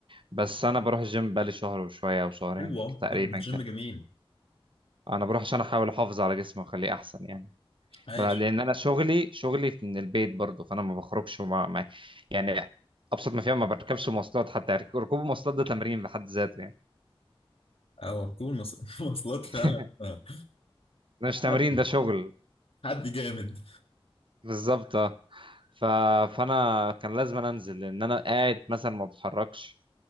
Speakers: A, on the right (about 60°); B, on the left (about 75°).
A: بس انا بروح الجيم بقالي شهر وشويه او شهرين
B: حلوة
A: تقريبا
B: طب ما الجيم
A: كده
B: جميل
A: انا بروح عشان احاول احافظ على جسمي واخليه احسن يعني
B: عاش
A: ما- لان انا شغلي شغلي من البيت برضو فانا ما بخرجش مع... مع... يعني ابسط ما فيها ما بركبش مواصلات حتى رك- ركوب المواصلات ده تمرين بحد ذاته يعني
B: او ركوب المص- <laughs> مواصلات فعلا
A: <laughs>
B: آه.
A: ده مش تمرين
B: حد
A: ده شغل
B: حد جامد
A: بالظبط اه ف... فانا كان لازم أنا انزل لان انا قاعد مثلا ما بتحركش